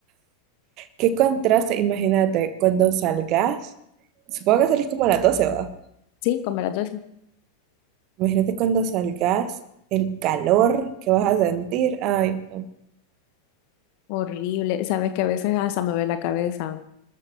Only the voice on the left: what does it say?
Sí, como a las 12.
Horrible. Sabes que a veces hasta me duele la cabeza